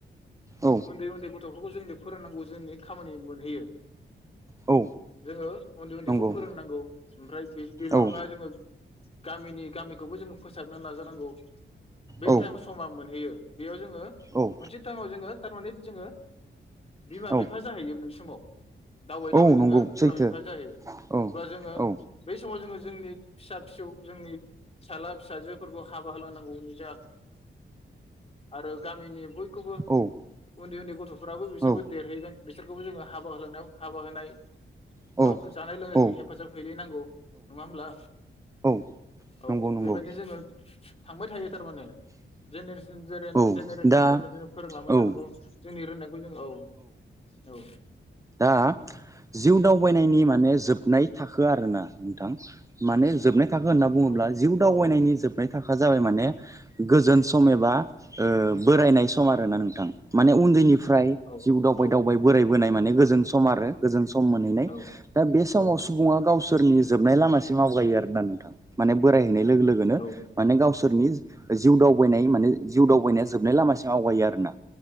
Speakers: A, on the right; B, on the left.
A: औ
B: उन्दै उन्दै गथ खौ जोंनो फोरोंनांगौ जोंनि खामानि मोनहैयो
A: औ
B: जोङो उन्दै उन्दैखौ
A: नंगौ
B: फोरोंनांगौ ओमफ्राय बे बेल
A: औ
B: नङा जोङो गामिनि गामिखौबो जोङो फोसाबनो नाजानांगौ बे
A: औ
B: टाइम समा मोनहैयो बेयो जोङो
A: औ
B: मोनसे टाइमाव जोङो थारमाने जोङो बिमा
A: औ
B: बिफा जाहैयो मोनसे समाव दावै
A: औ
B: दावै जोङो
A: नंगौ
B: बिमा
A: सैथो
B: बिफा जाहैयो
A: औ
B: अब्ला जोङो
A: औ
B: बै समाव जोङो जोंनि फिसा फिसौ जोंनि फिसाला फिसाजोफोरखौ हाबा होलांनांगौ जा आरो गामिनि बयखौबो
A: औ
B: उन्दै उन्दै फ्राबो बिसोरबो
A: औ
B: देरहैगोन बिसोरखौबो जोङो हाबा होलांनायाव हाबा होनाय
A: औ
B: सब जानाय लोंनाय जों
A: औ
B: हेफाजाब हैलायनांगौ नङा होमब्ला
A: औ
B: औ
A: नंगौ नंगौ
B: बेबायदिनो जोङो थांबाय थायो थारमाने जेनेरेसन जेने
A: औ
B: जेनेरेसन
A: दा
B: जेनेरेसन फोरोंलांबाय
A: औ
B: थानांगौ जोंनि रोंनाय फोरखौ जों औ औ
A: दा जिउ दावबायनायनि माने जोबनाय थाखो आरोना नोंथां माने जोबनाय थाखो होनना बुङोब्ला
B: औ
A: जिउ दावबायनायनि
B: औ
A: जोबनाय थाखो हखा जाबाय माने गोजोन सम एबा ओ बोरायनाय सम आरो ना नोंथां माने उन्दैनिफ्राय
B: औ
A: जिउ दावबाय
B: औ
A: दावबाय बोरायबोनाय माने गोजो जों सम आरो गोजोन
B: औ
A: सम मोनहैनाय दा बे समाव
B: औ
A: सुबुङा गावसोर सोरनि जोबनाय लामासे आवगायो आरो ना नोंथां माने बोराय हैनाय लोगो लोगोनो
B: औ
A: माने गावसोरनि जिउ दावबायनाय माने जिउ दावबायनाया जोबनाय लामासिम आवगायो आरोना